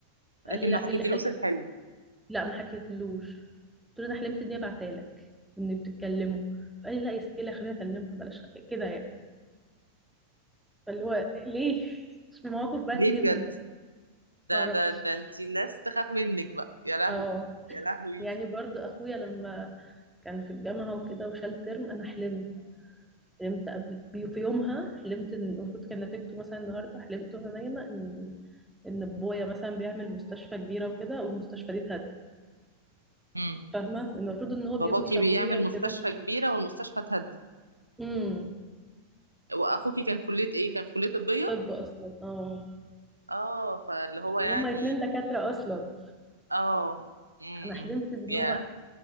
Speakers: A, in the centre; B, on the right.
A: قال
B: لكن
A: لي لا
B: ما حكيتيلوش
A: ايه اللي خلاك
B: الحلم
A: لا ما حكيتلوش قلت له انا حلمت اني بعتلك وان بتتكلموا فقال لي لا يا ستي إيه اللي خلينا اكلمها بلاش خ- كده يعني فاللي هو ليه <laughs> في مواقف بقى
B: ليه
A: كتير
B: بجد
A: من ده
B: ده
A: ما اعرفش
B: ده ده انتي الناس تخاف منك بقى يا لهوي
A: اه
B: يا لهوي
A: يعني برضو اخويا لما كان في الجامعه وكده وشال ترم انا حلمت حلمت قبل بي- في يومها حلمت ان المفروض كان نتيجته مثلا النهارده حلمت وانا نايمه ان ان بابايا مثلا بيعمل مستشفى كبيره وكده والمستشفى دي اتهد
B: امم
A: فاهمة المفروض ان هو بيبني
B: باباكي
A: فخوية
B: بيعمل
A: وكده
B: مستشفى كبيرة والمستشفى اتهدت
A: امم
B: واخوكي كان في كلية ايه كان في كلية طبية
A: طب اصلا اه
B: اه فاللي هو
A: وهما
B: يعني
A: اتنين دكاترة اصلا
B: اه امم
A: انا حلمت بان
B: يا
A: هو